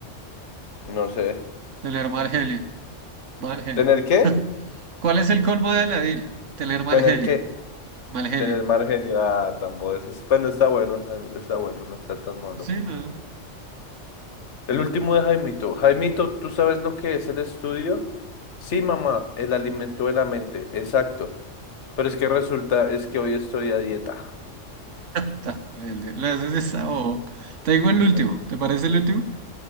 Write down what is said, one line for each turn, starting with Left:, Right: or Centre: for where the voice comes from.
Left: no sé.
Right: Tener mal genio. Mal genio.
Left: ¿Tener qué?
Right: ¿Cuál es el colmo de Aladil? Tener mal
Left: ¿Tener
Right: genio.
Left: qué?
Right: Mal genio.
Left: Tener margen. Ah, tambo. Eso es, bueno, está bueno, está está bueno, no está tan malo.
Right: Sí, no.
Left: El último de Jaimito. Jaimito, ¿tú sabes lo que es el estudio? Sí, mamá, el alimento de la mente, exacto. Pero es que resulta, es que hoy estoy a dieta.
Right: Está, el de- la, ese sí está bobo. Tengo el
Left: <laughs>
Right: último. ¿Te parece el último?